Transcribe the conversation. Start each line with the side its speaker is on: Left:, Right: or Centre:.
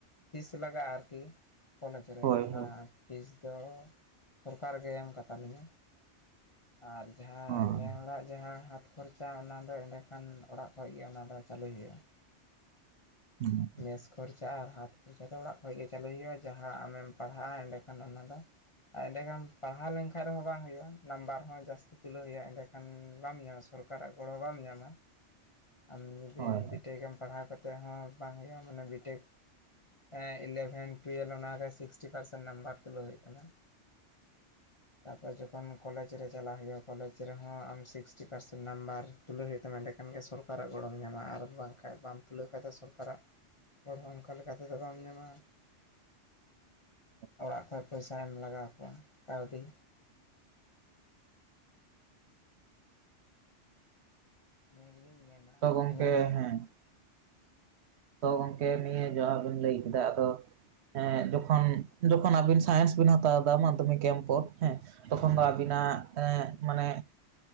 Left: ᱯᱷᱤᱥ ᱞᱟᱜᱟ-ᱟ ᱟᱨᱠᱤ ᱠᱚᱞᱮᱡᱽ ᱨᱮ
Right: ᱦᱳᱭ
Left: ᱚᱱᱟ
Right: ᱦᱳᱭ
Left: ᱯᱷᱤᱥ ᱫᱚ ᱥᱚᱨᱠᱟᱨ ᱜᱮᱭ ᱮᱢ ᱠᱟᱛᱟ ᱞᱤᱧᱟᱹ᱾ ᱟᱨ ᱡᱟᱦᱟᱸ
Right: ᱦᱳᱭ
Left: ᱱᱮ ᱦᱚᱲᱟᱜ ᱡᱟᱦᱟᱸ ᱦᱟᱛ ᱠᱷᱚᱨᱪᱟ ᱚᱱᱟ ᱫᱚ ᱮᱸᱰᱮ ᱠᱷᱟᱱ ᱚᱲᱟᱜ ᱠᱷᱚᱡ ᱜᱮ ᱚᱱᱟ ᱫᱚ ᱪᱟᱹᱞᱩ ᱦᱩᱭᱩᱜ-ᱟ᱾
Right: ᱦᱩᱸ
Left: ᱢᱮᱥ ᱠᱷᱚᱨᱪᱟ ᱟᱨ ᱦᱟᱛ ᱠᱷᱚᱨᱪᱟ ᱫᱚ ᱚᱲᱟᱜ ᱠᱷᱚᱡ ᱜᱮ ᱪᱟᱹᱩ ᱦᱩᱭᱩᱜ-ᱟ, ᱡᱟᱦᱟᱸ ᱟᱢᱮᱢ ᱯᱟᱲᱦᱟᱜ-ᱟ ᱮᱸᱰᱮᱠᱷᱟᱱ ᱚᱱᱟ ᱫᱚ ᱟᱨ ᱮᱸᱰᱮᱠᱷᱟᱱ ᱯᱟᱲᱦᱟᱣ ᱞᱮᱝᱠᱷᱟᱡ ᱨᱮᱦᱚᱸ ᱵᱟᱝ ᱦᱩᱭᱩᱜ-ᱟ ᱱᱟᱢᱵᱟᱨ ᱦᱚᱸ ᱡᱟᱥ ᱛᱩᱞᱟᱹᱣ ᱦᱩᱭᱩᱜ-ᱟ ᱮᱸᱰᱮᱠᱷᱟᱱ ᱵᱟᱢ ᱧᱟᱢᱟ ᱥᱚᱨᱠᱟᱨᱟᱜ ᱜᱚᱲᱚ ᱵᱟᱢ ᱧᱟᱢᱟ, ᱟᱢ ᱡᱩᱫᱤ
Right: ᱦᱳᱭ
Left: ᱵᱤᱴᱮᱠᱢ ᱯᱟᱲᱦᱟᱣ ᱠᱟᱛᱮᱜ ᱦᱚᱸ ᱵᱟᱝ ᱦᱩᱭᱩᱜ-ᱟ ᱢᱟᱱᱮ ᱵᱤᱴᱮᱠ ᱮᱸ ᱤᱞᱮᱵᱷᱮᱱ ᱴᱩᱭᱮᱞᱵᱷ ᱚᱱᱟᱨᱮ ᱥᱤᱠᱥᱴᱤ ᱯᱟᱨᱥᱮᱱᱴ ᱱᱟᱢᱵᱟᱨ ᱛᱩᱞᱟᱹᱣ ᱦᱩᱭᱩᱜ ᱛᱟᱢᱟ᱾
Right: <inaudible>
Left: ᱛᱟᱯᱚᱨ ᱡᱚᱠᱷᱚᱱ ᱠᱚᱞᱮᱡᱽ ᱨᱮ ᱪᱟᱞᱟᱜ ᱦᱩᱭᱩᱜᱼᱟ ᱠᱚᱞᱮᱡᱽ ᱨᱮᱦᱚᱸ ᱟᱢ ᱥᱤᱠᱥᱴᱤ ᱯᱟᱨᱥᱮᱱ ᱱᱟᱢᱵᱟᱨ ᱛᱩᱞᱟᱹᱣ ᱦᱩᱭᱩᱜ ᱛᱟᱢᱟ ᱮᱸᱰᱮᱠᱷᱟᱱ ᱜᱮ ᱥᱚᱨ ᱠᱟᱨᱟᱜ ᱜᱚᱲᱚᱢ ᱧᱟᱢᱟ ᱟᱨ ᱵᱟᱝᱠᱷᱟᱡ ᱵᱟᱢ ᱛᱩᱞᱟᱹᱣ ᱠᱷᱟᱡ ᱫᱚ ᱥᱚᱨᱠᱟᱨᱟᱜ ᱦᱚᱲ ᱦᱚᱸ ᱚᱱᱠᱟ ᱞᱮᱠᱟ ᱛᱮᱫᱚ ᱵᱟᱢ ᱧᱟᱢᱟ᱾
Right: <unintelligible>
Left: ᱚᱲᱟᱜ ᱠᱷᱚᱡ ᱯᱚᱭᱥᱟᱭ ᱮᱢ ᱞᱟᱜᱟᱣ ᱠᱚᱣᱟ, ᱠᱟᱹᱣᱰᱤ᱾ ᱤᱱᱟᱹ ᱜᱮᱞᱤᱧ ᱢᱮᱱᱟ,
Right: ᱛᱚ ᱜᱚᱝᱠᱮ
Left: ᱤᱱᱟᱹᱜᱮ᱾
Right: ᱦᱮᱸ ᱛᱚ ᱜᱚᱢᱠᱮ ᱱᱤᱭᱟᱹ ᱡᱟᱸᱦᱟ ᱵᱤᱱ ᱞᱟᱹᱭ ᱠᱮᱫᱟ ᱟᱫᱚ ᱮᱸ ᱡᱚᱠᱷᱚᱱ ᱡᱚᱠᱷᱚᱱ ᱟᱵᱤᱱ ᱥᱟᱭᱮᱱᱥ ᱵᱤᱱ ᱦᱟᱛᱟᱣ ᱮᱫᱟ ᱢᱟᱫᱽᱫᱷᱚᱢᱤᱠ ᱮᱢ ᱯᱚᱨ ᱦᱮᱸ ᱛᱚᱠᱷᱚᱱ
Left: ᱦᱩᱸ
Right: ᱫᱚ ᱟᱹᱵᱤᱱᱟᱜ ᱮᱸ ᱢᱟᱱᱮ